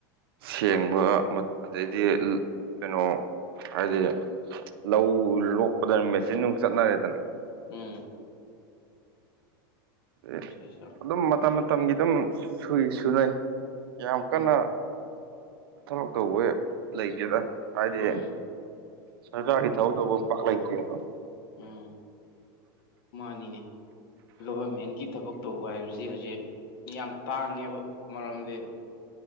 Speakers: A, on the right; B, on the left.
A: ꯁꯦꯡꯕ ꯃꯠ ꯑꯗꯩꯗꯤ ꯀꯩꯅꯣ ꯍꯥꯏꯗꯤ ꯂꯧ ꯂꯣꯛꯄꯗꯅ ꯃꯦꯆꯤꯟ ꯅꯨꯡ ꯆꯠꯅꯔꯦꯗꯅ
B: ꯎꯝ
A: ꯑꯦ
B: ꯁꯦꯁꯥ
A: ꯑꯗꯨꯝ ꯃꯇꯝ ꯃꯇꯝꯒꯤ ꯑꯗꯨꯝ ꯁꯨꯏ ꯁꯨꯅꯩ ꯌꯥꯝ ꯀꯟꯅ
B: ꯎꯝ
A: ꯊꯕꯛ ꯇꯧꯕ ꯂꯩꯇꯦꯗ ꯍꯥꯏꯗꯤ
B: ꯎꯝ
A: ꯁꯔꯀꯥꯔꯒꯤ ꯊꯕꯛ ꯇꯧꯕ ꯄꯥꯛ ꯂꯩꯇꯦꯕ
B: ꯎꯝ ꯃꯥꯅꯤꯅꯦ ꯒꯣꯕꯔꯃꯦꯟꯀꯤ ꯊꯕꯛ ꯇꯧꯕ ꯍꯥꯏꯕꯖꯤ ꯍꯧꯖꯤꯛ ꯌꯥꯝ ꯇꯥꯡꯉꯦꯕ ꯃꯔꯝ ꯗꯤꯞ